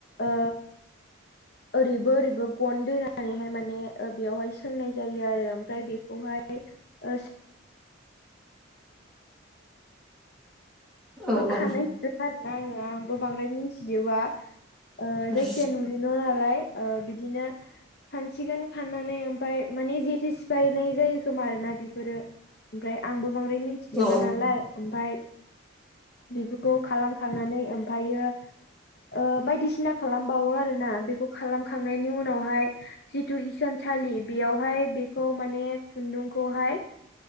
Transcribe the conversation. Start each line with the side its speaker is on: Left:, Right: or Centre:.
Left: ओ ओरैबो ओरैबो गन दोनानैहाय माने ओ बेयावहाय सोंनाय जायो आरो ओमफ्राय बेखौहाय ओ सि
Centre: ओम औ
Left: बोखानाय
Centre: औ
Left: नुदों आरो ना आंङो आंबो बांद्राय मिन्थिजोबा ओ
Centre: उम
Left: जायखिजाया नुयो नो नालाय ओ बिदिनो खानसिगोन खाननानै ओमफाय माने जेथो सिफायनाय जायो खोमा आरोना बिफोरो ओमफ्राय आंबो बांद्राय मिन्थिजोबा
Centre: औ औ
Left: नालाय ओमफाय बेफोरखौ खालामखांनानै ओमफायो ओ बायदिसिना खालामबावो आरो ना बेखौ खालामखांनायनि उनावहाय जिथु इसानसालि बियावहाय बेखौ माने खुन्दुंखौहाय